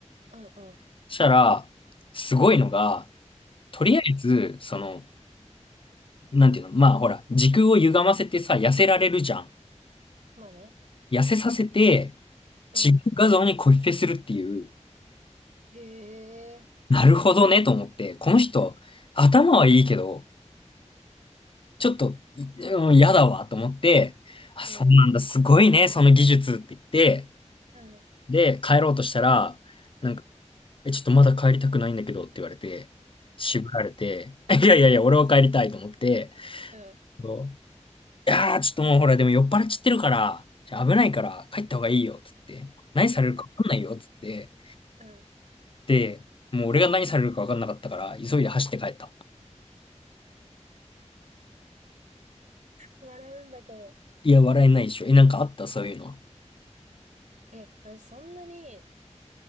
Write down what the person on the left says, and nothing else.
そしたら、すごいのが、とりあえず、
その、なんていうの、まあほら、時空を歪ませてさ、痩せられるじゃん。
痩せさせて、
違う画像にコピペするっていう、
なるほどね、と思って、この人、頭はいいけど、ちょっと、いうん、嫌だわ、と思って、あ、
そうなんだ、すごいね、その技術って言って、
で、帰ろうとしたら、
なんかえ、ちょっとまだ帰りたくないんだけどって言われて、渋られて、
<laughs> いやいやいや、俺は帰りたいと思って、
そういやー、ちょっともうほら、でも酔っ払っちゃってるから、じゃあ危ないから帰った方がいいよ、つって。何されるか分かんないよ、
つって。
で、もう俺が何されるか分かんなかったから、急いで走って帰った。
いや、笑えないでしょ。え、なんかあったそういうのは。